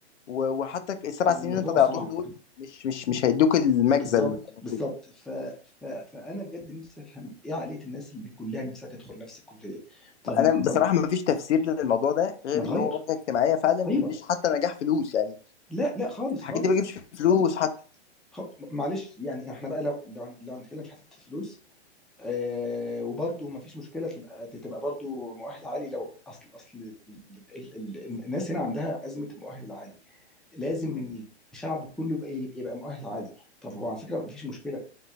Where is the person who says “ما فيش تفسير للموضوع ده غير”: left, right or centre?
Left